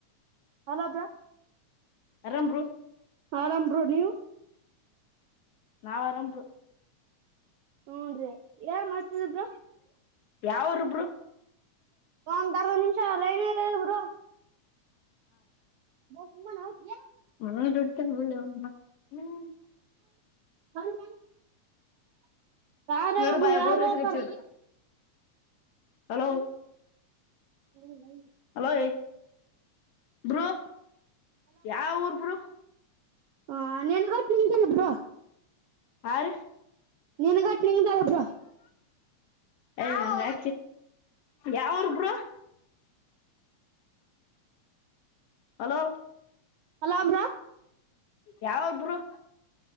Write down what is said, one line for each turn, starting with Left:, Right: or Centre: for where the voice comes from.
Right: ಹೆಲೋ ಬ್ರೋ
Left: ಆರಾಮ ಬ್ರೋ
Right: ಆರಾಮ ಬ್ರೋ ನೀವು.
Left: ನಾವ ಆರಾಮ ಬ್ರೋ.
Right: ಹೂನ್ರಿ ಯಾರ್ ಮಾಡ್ತಿದರ ಬ್ರೋ.
Left: ಯಾವರುಬ್ರು.
Right: ಒಂದ ಅರ್ದ ನಿಮಿಷ. ಲೈನ್ ಇರಿ ಬ್ರೋ ಸುಮ್ಮುನ್ ಇರ್ತಿಯೆನ್
Left: ಮಡ್ತ <unintelligible>
Right: ಅಜ <unintelligible> ಯಾರ ಹೇಳ
Left: ಇವ್ರು
Right: ಅಪ್ಪು
Left: ಬಾಯ
Right: ಯಾರ್
Left: ಬೋರ್ ಇಟ್ಕೊಚಿದ್ರು
Right: ಹೇಳ್ತಾರ.
Left: ಹಲೋ
Right: ಹ <unintelligible>
Left: ಹಲೋ ಏಯ ಬ್ರೋ ಯಾವ ಊರ್ ಬ್ರೋ.
Right: ಹ ನಿನಗೂ ತಿಳಿದಿಲ್ಲ ಬ್ರೋ.
Left: ಹ ರಿ
Right: ನೀನಗ ಕ್ಲೀನ <unintelligible>
Left: ಹ ಯಾವರುಬ್ರು ಹಲೋ
Right: ಹಲೋ ಬ್ರೋ.
Left: ಯಾವು ಬ್ರೋ